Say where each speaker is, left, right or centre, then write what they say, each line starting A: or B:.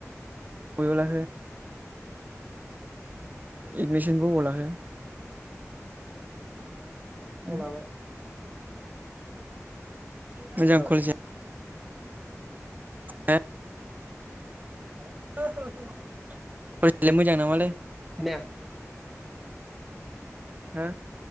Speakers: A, on the right; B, in the centre.
A: अला एगनिसिन ब अलााख
B: बासुगाव लाबाय
A: <inaudible> <inaudible> मोजां
B: खोनाबाय
A: कलेज आ ए <inaudible>
B: हो
A: फ मोजां न मालाय <inaudible>
B: खोनाया
A: हो